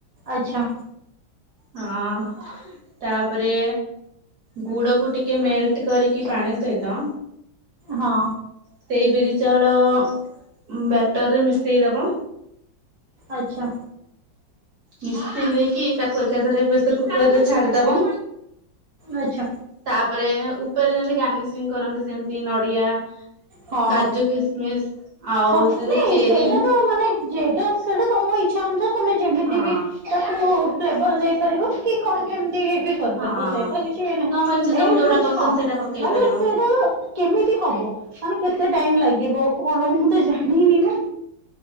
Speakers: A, on the right; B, on the right.
A: ଆଚ୍ଛା।
B: ହଁ ତାପରେ ଗୁଡ କୁ ଟିକେ ମେଲଟ୍ କରିକି ପାଣି ସହିତ
A: ହଁ।
B: ସେଇ ବିରି ଚାଉଳ ଉଁ, ବ୍ୟାଟର୍ ରେ ମିଶେଇ ଦବ।
A: ଆଚ୍ଛା
B: ମିଶେଇ ଦେଇକି ତାକୁ ଏ ଏକାଥରେ ପ୍ରେସର୍ କୁକର୍ ରେ ଛାଡିଦବ
A: ଆଚ୍ଛା
B: ତାପରେ ଉ ଉପରେ ଯେମିତି ଗାନିଶିଂ କରନ୍ତି ସେମିତି ନଡିଆ
A: ହଁ,
B: କାଜୁ କିସମିସ୍ ଆଉ
A: ହଁ
B: ସେ ଯୋଉ
A: ନାଇଁ
B: ଚେରି
A: ସେଇଟା ତ ମାନେ ଯେ ତ ସେଇଟା ତୋମ ଇଛା ଅନୁସାରେ ତୋମେ ଯେମିତି
B: ହଁ
A: ବି ତାକୁ ଫ୍ଲେବ୍ ର ଦେଇପାରିବ, କି କଣ କେମିତି ଇ ବି କରିପାରିବ
B: ହଁ।
A: ସେଇଟା କିଛି ଇଏ ନାହିଁ,
B: ତମ ଇଚ୍ଛା
A: ମେନ୍
B: ତମକୁ ଯୋଉଟା
A: ହଉଛି
B: ପସନ୍ଦ
A: ହଁ
B: ସେଇଟା ପକେଇ
A: ମାନେ
B: ପାରିବ
A: ସେଇଟା କେମିତି ହବ ମାନେ କେତେ ଟାଇମ୍ ଲାଗିବ, କଣ ମୁଁ ତ ଜା ଣିନି ନା।